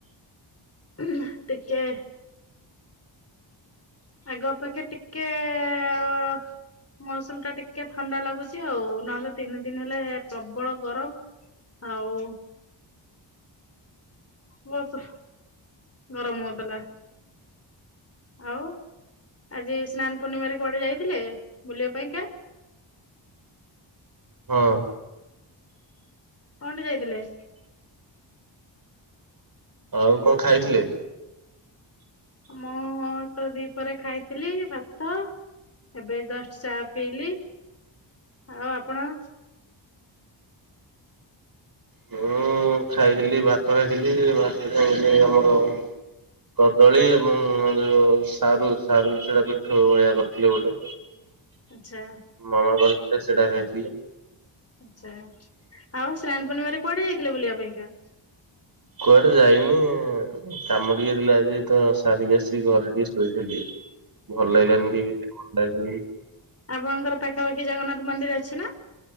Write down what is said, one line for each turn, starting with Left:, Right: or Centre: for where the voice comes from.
Left: <unintelligible> ଟିକେ ଆଗ ଅପେକ୍ଷା ଟିକେ ଏ ଏ ଏ ଅ ମୌସମ ଟା ଟିକେ ଥଣ୍ଡା ଲାଗୁଚି ଆଉ ନହେଲେ ତିନି ଦିନି ହେଲା ଏ ପ୍ରବଳ ଗରମ ଆଉ ବହୁତୁ ଗରମ ହଉଥିଲା। ଆଉ ଆଜି ସ୍ନାନ ପୂର୍ଣ୍ଣିମାରେ କୁଆଡେ ଯାଇଥିଲେ ବୁଲିବା ପାଇଁକା?
Right: ହଁ।
Left: କଣଟେ ଯାଇଥିଲେ।
Right: ଆଉ କଣ ଖାଇଥିଲେ?
Left: ଆ ମୁଁ ତ ଦିପରେ ଖାଇଥିଲି ଭାତ ଏବେ ଜଷ୍ଟ ଚା ପିଇଲି ଆଉ ଆପଣ?
Right: ମୁଁ ଖାଇଥିଲି ଭାତ ଖାଇଥିଲି ଭାତ ଖାଇ ଆମର କଦଳୀ ଏବଂ ଯୋଉ ସାରୁ ସାରୁ ସେଟା ପିଠଉ ଭଳିଆ କରିଥିଲେ ଗୋଟେ।
Left: ଆଚ୍ଛା।
Right: ମାମା କରିଥିଲେ ସେଟା ଖାଇଥିଲି।
Left: ଆଛା ଆଉ ସ୍ନାନ ପୂର୍ଣ୍ଣିମାରେ କୁଆଡେ ଯାଇଥିଲୁ ବୁଲିବା ପାଇଁକା।
Right: କୁଆଡେ ଯାଇନି କାମ ଟିକେ ଥିଲା ଆଜି ତ ସାରିକି
Left: ହୁଁ
Right: ଆସିକି ଘରେ ଟିକେ ଶୋଇ ଥିଲି ଭଲ ଲାଗିଲାନି ଟିକେ ଥଣ୍ଡା ଧରି
Left: ଆପଣଙ୍କର ପାଖାପାଖି ଜଗନ୍ନାଥ ମନ୍ଦିର ଅଛି ନା?